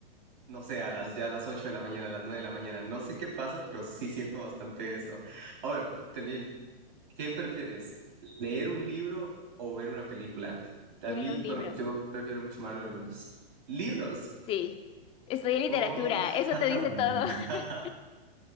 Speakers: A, on the right; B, on the left.
A: no sé, a las, ya a las 8 de la mañana, a las 9 de la mañana. No sé qué pasa, pero sí siento bastante eso. Ahora, también, ¿qué prefieres? ¿Leer un libro o ver una película?
B: <laughs>
A: A
B: Leer
A: mí,
B: un
A: bueno,
B: libro.
A: yo prefiero mucho más lo de los libros.
B: Sí, estudié literatura,
A: Oh,
B: eso
A: <laughs>
B: te dice todo. <laughs>